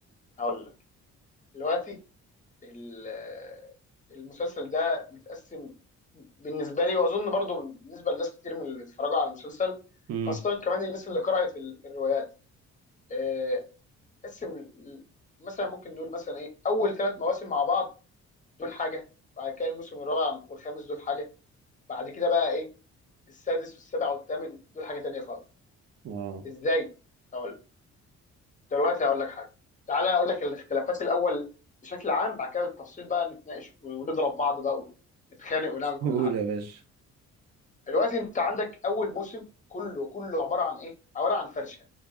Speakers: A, on the left; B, on the right.
A: اقول لك دلوقتي ال- المسلسل ده متقسم بالنسبه لي واظن برضو بالنسبه لناس كتير من اللي اتفرجوا على المسلسل
B: امم
A: خاصه كمان الناس اللي قرات ال- الروايات آه، قسم ال- مثلا ممكن نقول مثلا ايه اول ثلاث مواسم مع بعض دول حاجه بعد كده الموسم الرابع والخامس دول حاجه بعد كده بقى ايه السادس والسابع والثامن دول حاجه تانية خالص
B: اه
A: ازاي اقول دلوقتي هقول لك حاجه تعالى اقول لك الاختلافات الاول بشكل عام بعد كده بالتفصيل بقى نتناقش ونضرب بعض بقى ونتخانق ونعمل كل
B: قول
A: حاجه
B: يا باشا
A: دلوقتي انت عندك اول موسم كله كله عباره عن ايه عباره عن فرشه